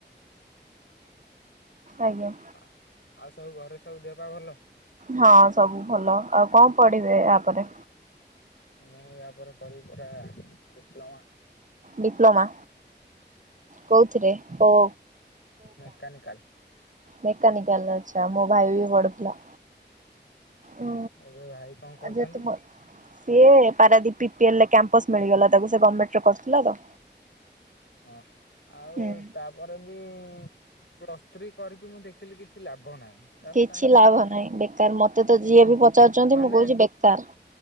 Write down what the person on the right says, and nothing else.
ଆଜ୍ଞା।
ହଁ ସବୁ ଭଲ ଆଉ କଣ ପଢିବେ ଏହାୟପରେ
ଡିପ୍ଲୋମା କୋଉଥିରେ ଓ
ମେକାନିକାଲ ଅଛା ମୋ ଭାଇ ବି ପଢୁଥିଲା। ଉଁ
ଆଚ୍ଛା ତୁମ ସିଏ Paradip P P L campus ମିଳିଗଲା ତାକୁ ସେ ଗମେଣ୍ଟ ରେ କରୁଥିଲା ତ।
ହୁଁ
କିଛି
ଲାଭ ନାହିଁ ବେକାର ମତେ ତ ଯିଏ
ବି ପଚାରୁଛନ୍ତି
ମୁଁ କହୁଛି ବେକାର।